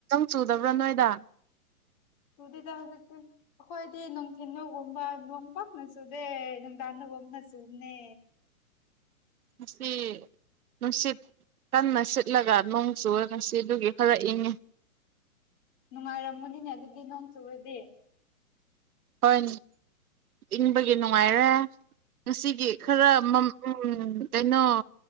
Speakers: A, on the right; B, on the left.
A: ꯆꯨꯗꯕ꯭ꯔꯣ ꯅꯣꯏꯗ
B: ꯇꯨꯗꯦꯗ ꯑꯗꯨꯗꯤ ꯑꯈꯣꯏꯗꯤ ꯅꯨꯡꯊꯤꯟ ꯌꯧꯒꯨꯝꯕ ꯅꯣꯡꯄꯥꯛꯛꯅ ꯆꯨꯗꯦ ꯅꯨꯡꯗꯥꯟꯅꯒꯨꯝꯅ ꯆꯨꯝꯅꯦ
A: ꯉꯁꯤ ꯅꯨꯡꯁꯤꯠ ꯀꯟꯅ ꯁꯤꯠꯂꯒ ꯅꯣꯡ ꯆꯨꯔ ꯉꯁꯤꯗꯨꯒꯤ ꯈꯔ ꯏꯪꯉꯦ
B: ꯅꯨꯡꯉꯥꯏꯔꯝꯒꯅꯤꯅꯦ ꯑꯗꯨꯗꯤ ꯅꯣꯡ ꯆꯨꯔꯗꯤ
A: ꯍꯣꯏ ꯏꯪꯕꯒꯤ ꯅꯨꯡꯉꯥꯏꯔꯦ ꯉꯁꯤꯒꯤ ꯈꯔ ꯎꯝ ꯀꯩꯅꯣ